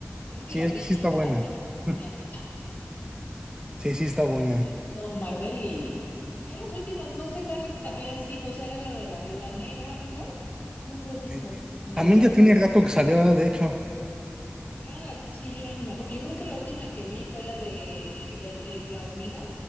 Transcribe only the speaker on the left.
yo sí
las
vi
todas
en la pandemia.
También me he visto Marvel y ya las últimas, no sé cuáles habían sido, o sea, era la de la Viuda Negra, ¿no? Esa no la he visto,
ni
la...
Pero eran las, es que yo ya no me acuerdo. Yo creo que la última que vi fue la de la, el- la hormiga.